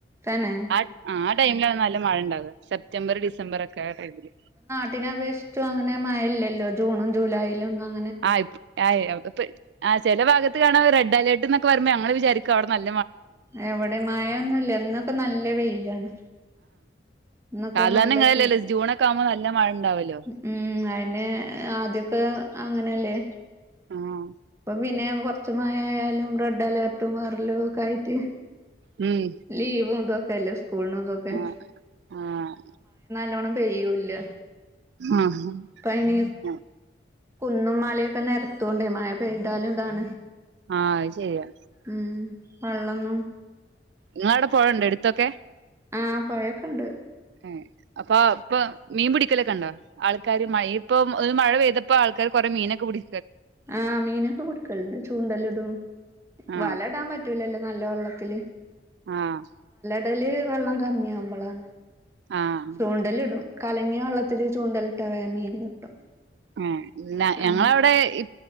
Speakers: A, on the right (about 15°); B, on the right (about 70°).
A: തന്നെ
B: ആഹ് ആഹ് ടൈമിലാണ് നല്ല മഴണ്ടാവ സെപ്റ്റംബർ ഡിസംബർ ഒക്കെ ആ ടൈമില്
A: ട്ടിനെ അപേക്ഷിച്ചും അങ്ങനെ മയല്ലല്ലോ ജൂണും ജൂലൈലും ഒന്നും
B: ആയ് ആയെ ആഹ് ചെല ഭാഗത്തു കാണാ റെഡ് അലേർട്ട് ന്നൊക്കെ വരുമ്പം ഞങ്ങള് വിചാരിക്കു അവിടെ നൽ
A: എവിടെ മായൊന്നുല്ല ന്നൊക്കെ നല്ല വെയിലാണ് ഇന്നൊക്കെ
B: സാധാര്ണങ്ങനല്ലല്ലോ
A: നല്ല ചൂട്
B: ജൂണൊക്കെ ആവുമ്പം നല്ല മഴ ഇണ്ടാവല്ലോ
A: ഉം അയന്നെ ആദ്യൊക്കെ അങ്ങനല്ലേ
B: ആഹ്
A: പിന്നെ കൊർച് മയ ആയാലും റെഡ് അലേർട്ടും വറലും ഒക്കെ ആയിട്ട്
B: ഉം
A: ലീവു ന്തോക്കെല്ലേ സ്കൂൾ നോതൊക്കെ
B: ആഹ് ആഹ്
A: ല്ലോണം പെയ്യൂല്ല
B: ആഹ് ആഹ്
A: ഇപ്പ അയിന്
B: അഹ്
A: കുന്നും മലയൊക്കെ നെരത്തൂണ്ടേ മയ പെയ്താലും താണ്
B: ആഹ് അയ് ശെരിയാ
A: ഉം വള്ളൊന്നും
B: ങ്ങളടെ പോയണ്ടോ എടുത്തൊക്കെ
A: ആഹ് പൊയോക്കെണ്ട്
B: ഏഹ് അപ്പൊ പ്പം മീൻ പിടിക്കലൊക്കെണ്ടോ ആൾക്കാര് മയ ഇപ്പൊ ഒരു മഴ പെയ്തപ്പോ ആൾക്കാര് കുറെ മീനൊക്കെ പിടി
A: ആഹ് മീനൊക്കെ പിടുക്കലുണ്ട് ചൂണ്ടലിടും
B: ആഹ്
A: വലേടാൻ പറ്റൂലല്ലോ നല്ല വെള്ളത്തില്
B: ആഹ്
A: ടെല് വെള്ളം കമ്മ്യാഉമ്പളാണ്
B: ആഹ്
A: ചൂണ്ടല് ഇടും കലങ്ങിയ വെള്ളത്തില് ചൂണ്ടലിട്ടാ വേ മീനു കിട്ടും
B: ആഹ് ണ ഞങ്ങളവിടെ
A: അങ്ങനെ
B: ഈ